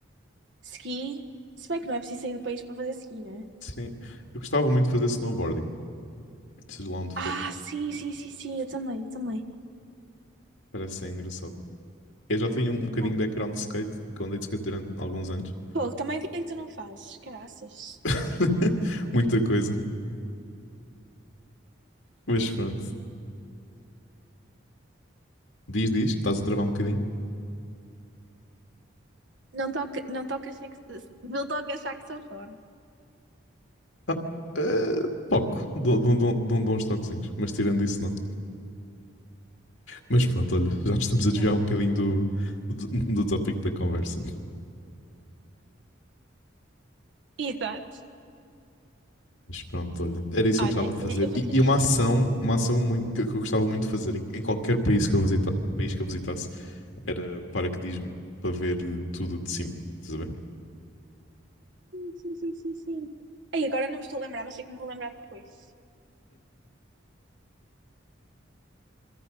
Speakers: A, on the right (about 65°); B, on the left (about 75°).
A: Ski, se bem que não é preciso sair do país para fazer ski, né?
B: Sim. Eu gostava muito de fazer snowboarding, seja lá onde
A: Ah,
B: for.
A: sim, sim, sim, sim, eu também, eu também.
B: Parece ser engraçado. Eu já tenho um bocadinho
A: Ah.
B: de background de skate, que eu andei de skate durante alguns anos.
A: Pô, também o que é que tu não fazes? Caraças.
B: <laughs> Muita coisa. Mas pronto. Diz, diz, estás a travar um bocadinho?
A: Não toca, não toca sax- não toca saxofone.
B: Ah, eh, pouco. Dou, dou, dou, dou- dou uns toquezinhos, mas tirando isso, não. Mas pronto, olha, já nos estamos a desviar
A: Bom.
B: um bocadinho do, do, do tópico da conversa.
A: Exato.
B: Mas pronto, olha, era isso que
A: Olha,
B: eu gostava de fazer.
A: eh, eu vou
B: E,
A: te
B: e
A: dizer.
B: uma ação, uma ação muito, que, que eu gostava muito de fazer em, em qualquer país que eu visita, país que eu visitasse era paraquedismo, para ver eh, tudo de cima. Estás a ver?
A: Sim, sim, sim, sim. sim. Ei, agora não me estou a lembrar, mas sei que me vou lembrar depois.